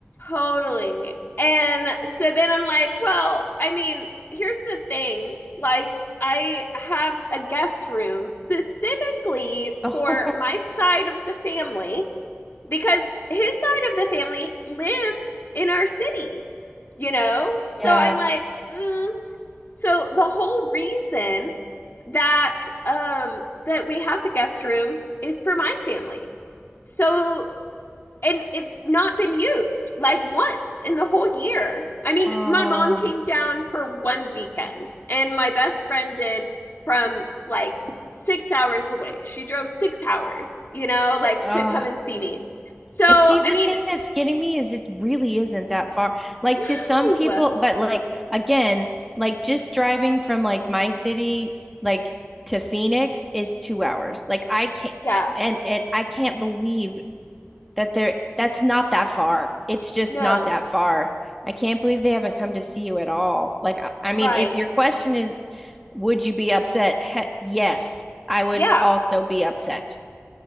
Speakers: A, on the left (about 50°); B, in the centre.
A: totally. And so then I'm like, well, I mean, here's the thing. Like, I have a guest room specifically
B: Oh,
A: for my side of the family because his side of the family lives in our city, you know?
B: yeah.
A: So I'm like, mm. so the whole reason that um that we have the guest room is for my family. So and it's not been used like once in the whole year. I mean,
B: Um,
A: my mom came down for one weekend, and my best friend did from like six hours away. She drove six hours, you know,
B: so,
A: like
B: uh,
A: to come and see me. So, I
B: and see, the
A: mean,
B: thing that's getting me is it really isn't that far. Like
A: no.
B: to some people, but like again, like just driving from like my city, like to Phoenix is two hours. Like I can't,
A: Yeah.
B: and and I can't believe that they're that's not that far. It's just
A: No.
B: not that far. I can't believe they haven't come to see you at all. Like I, I mean,
A: Right.
B: if your question is, would you be upset? He yes, I would
A: Yeah.
B: also be upset.